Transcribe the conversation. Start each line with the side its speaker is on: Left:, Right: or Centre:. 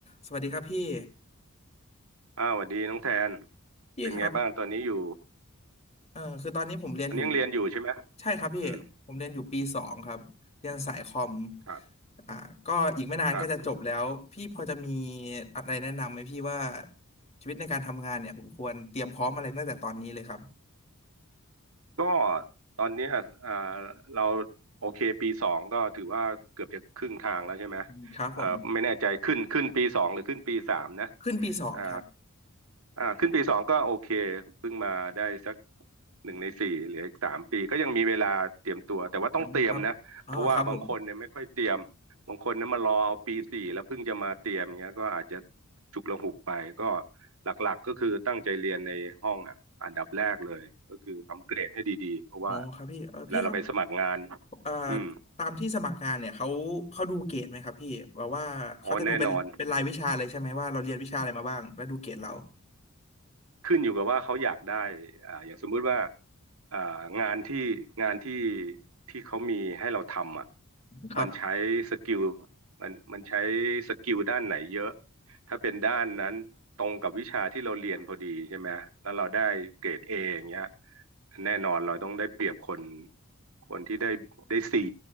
Left: สวัสดีครับพี่
Right: อ้าวสวัสดีน้องแทน
Left: พี่ครับ
Right: เป็นไงบ้างตอนนี้อยู่
Left: เอ่อคือตอนนี้ผมเรียนอยู่
Right: ตอนนี้ยังเรียนอยู่ใช่ไหม
Left: ใช่ครับพี่ผมเรียนอยู่ปีสองครับเรียนสายคอม
Right: อืมครับ
Left: อ่าก็อีกไม่นานก็จะจบแล้วพี่พอจะมี
Right: ครับ
Left: อะไรแนะนำไหมพี่ว่าชีวิตในการทำงานเนี่ยผมควรเตรียมพร้อมอะไรตั้งแต่ตอนนี้เลยครับ
Right: ก็ตอนเนี้ยอ่าเราโอเคปีสองก็ถือว่าเกือบจะครึ่งทางแล้วใช่ไหม
Left: อืมครับผม
Right: เอ่อไม่แน่ใจขึ้นขึ้นปีสองหรือขึ้นปีสามนะ
Left: ขึ้นปีสองครับ
Right: อ่าอ่าขึ้นปีสองก็โอเคเพิ่งมาได้สักหนึ่งในสี่เหลืออีกสามปีก็ยังมีเวลาเตรียมตัวแต่ว่าต้องเตรียมนะเพราะว่าบางคนเนี่ยไม่ค่อยเตรียม
Left: อืมครับอ๋อครับผม
Right: บางคนเนี่ยมารอเอาปีสี่แล้วเพิ่งจะมาเตรียมเงี้ยก็อาจจะฉุกละหุกไปก็ หลักๆ ก็คือตั้งใจเรียนในห้องอ่ะอันดับแรกเลยก็คือทำเกรดให้ดีๆ เพราะว่า
Left: อ๋อครับพี่เออพี่ครับ
Right: เวลาเราไปสมัครงาน
Left: เอ่อ
Right: อืม
Left: ตามที่สมัครงานเนี่ยเขาเขาดูเกรดไหมครับพี่แบบว่าเขาจะดูเป็นเป็นรายวิชาเลยใช่ไหมว่าเราเรียนวิชาอะไรมาบ้างแล้วดูเกรดเรา
Right: อ๋อแน่นอน ขึ้นอยู่กับว่าเขาอยากได้อ่าอย่างสมมุติว่าอ่างานที่งานที่ที่เขามีให้เราทำอ่ะ
Left: ครับ
Right: มันใช้สกิลมันมันใช้สกิลด้านไหนเยอะ ถ้าเป็นด้านนั้นตรงกับวิชาที่เราเรียนพอดีใช่ไหม แล้วเราได้เกรดเออย่างเงี้ยแน่นอนเราต้องได้เปรียบคนคนที่ได้ได้ซี